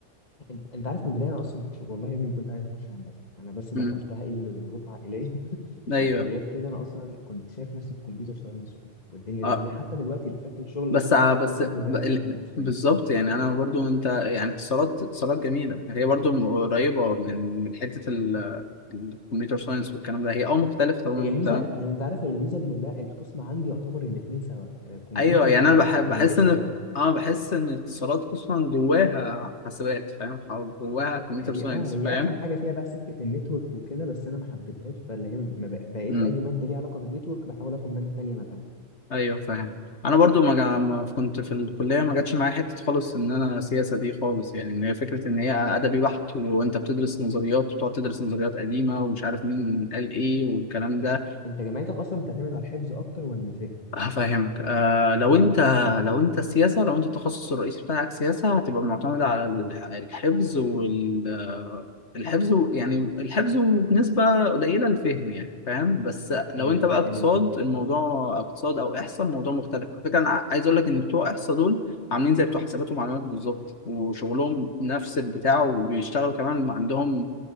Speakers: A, on the left; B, on the left.
A: انت انت عارف من البدايه انا اصلا ما كنتش والله يا ابني ما كنت عايز اخش هندسه انا بس دخلتها
B: امم
A: ايه لظروف عائليه <laughs>
B: ايوه
A: لكن غير كده انا اصلا كنت شايف نفسي في كمبيوتر ساينس والدنيا
B: اه
A: لذيذه حتى دلوقتي التراك الشغل اللي
B: بس
A: انا ناوي
B: ع-
A: اشتغل
B: بس
A: فيه هو
B: ب-
A: ليه علاقه
B: ال-
A: بالكمبيوتر ساينس
B: بالظبط يعني انا برضو انت يعني اتصالات اتصالات جميله هي برضو م- قريبه من من حته ال- الكمبيوتر ساينس والكلام ده هي اه مختلفه تمام
A: هي الميزه
B: تمام
A: هي انت عارف هي الميزه ان لا القسم عندي يعتبر الاثنين سوا آه، كمبيوتر
B: ايوه يعني
A: وكوميونيكيشن
B: انا بحب بحس ان
A: سوا
B: اه بحس ان اتصالات اصلا جواها حاسبات فاهم أو جواها كمبيوتر
A: هي
B: ساينس
A: اه هي
B: فاهم
A: ارخم حاجه فيها بقى سكه النتورك وكده بس انا ما حبيتهاش فاللي هي ما بق- بقيت
B: إمم.
A: اي ماده ليها علاقه بالنتورك بحاول اخد ماده تانيه مكانها
B: ايوه فاهم انا برضو ما, جا... ما كنت في الكليه ما جاتش معايا حته خالص ان انا سياسه دي خالص يعني ان هي فكره ان هي ادبي بحت وانت بتدرس نظريات وتقعد تدرس نظريات قديمه ومش عارف مين قال ايه والكلام ده
A: انت جامعتك اصلا بتعتمد على الحفظ اكتر ولا الفهم
B: هفهمك آه لو انت لو انت السياسة لو انت التخصص الرئيسي بتاعك سياسة هتبقى معتمدة على الح- الحفظ وال آه، الحفظ و- يعني الحفظ بنسبة قليلة الفهم يعني فاهم بس لو
A: تمام
B: انت بقى
A: جميل
B: اقتصاد الموضوع اقتصاد او احصاء الموضوع مختلف على فكرة انا ع- عايز اقول لك ان بتوع احصاء دول عاملين زي بتوع حسابات ومعلومات بالظبط وشغلهم نفس البتاع وبيشتغلوا كمان عندهم